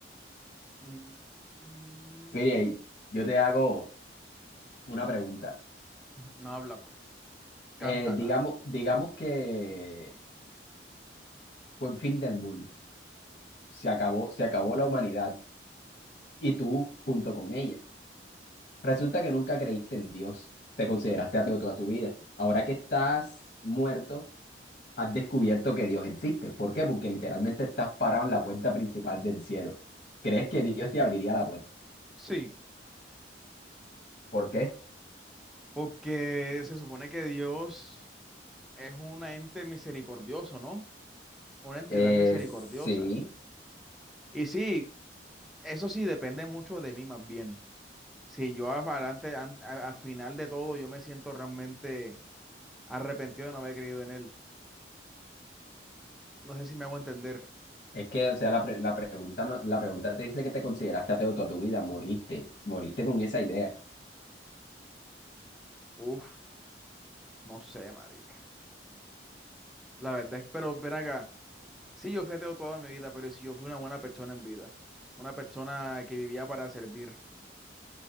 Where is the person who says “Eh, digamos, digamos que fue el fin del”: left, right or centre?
Left